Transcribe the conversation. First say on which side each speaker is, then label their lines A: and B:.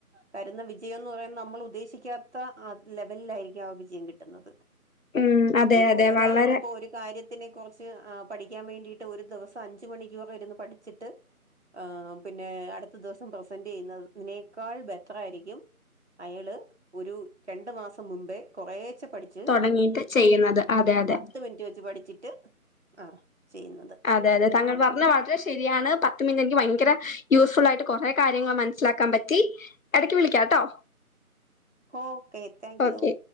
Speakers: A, on the right (about 50°); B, on the left (about 65°).
A: തര്ന്ന വിജയംന്ന് പറയ്ന്ന നമ്മള് ഉദ്ദേശീ തിക്കാത്ത ആ ലെവല്‌ലായിരിക്കും ആ വിജയം കിട്ട്ന്നത്
B: ഉം അതെ
A: ഒര്
B: അതെ
A: ഒരാള്പ്പോ
B: വളരെ
A: ഒരു കാര്യത് ഇതിനെ കുറ്ച്ച് ആ പഠിക്ക്യാൻ വേണ്ടിട്ട് ഒരു ദിവസം അഞ്ച് മണിക്കുർ ഇര്ന്ന് പഠിച്ചിട്ട് ആ പിന്നെ അട്ത്ത ദിവസം പ്രസന്റയ്ന്നതിനേക്കാൾ ബെറ്ററായിരിക്കും അയള് ഒരു രണ്ടു മാസം മുമ്പേ കൊറേച്ചെ പടി ച്ച്
B: തൊടങ്ങിയിട്ട് ചെയ്യുന്നത് അതെ അതെ
A: പത്ത് മിൻറ്റ് വെച്ച് പഠിച്ചിട്ട് ആ ചിയ്യ്ന്നത്
B: അതെ അതെ താങ്കൾ പറഞ്ഞ വാക്ക് ശെരിയാണ് പത്ത് മിൻറ്റ് എൻക്ക് ഭയങ്കര യൂസ്ഫുള്ളായിട്ട് കൊറെ കാര്യങ്ങൾ മനസ്സിലാക്കാം പറ്റി എടക്ക് വിളിക്കാട്ടോ
A: ഓക്കേ താങ്ക്
B: ഓക്കെ
A: യൂ